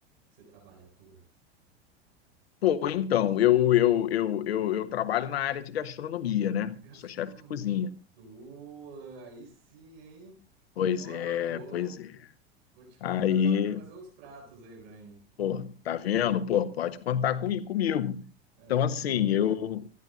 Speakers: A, on the right; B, on the left.
A: que você trabalha, atua?
B: Pô, então, eu, eu, eu, eu, eu trabalho na área de gastronomia, né?
A: Gastronomia.
B: Sou chefe de cozinha.
A: Ô, aí sim, hein?
B: Pois
A: Ó,
B: é,
A: vou,
B: pois é.
A: vou te
B: Aí
A: contratar para fazer uns pratos aí pra mim.
B: Pô, tá vendo? Pô, pode contar
A: Aí,
B: comi- comigo.
A: aí
B: Então, assim,
A: sim.
B: eu,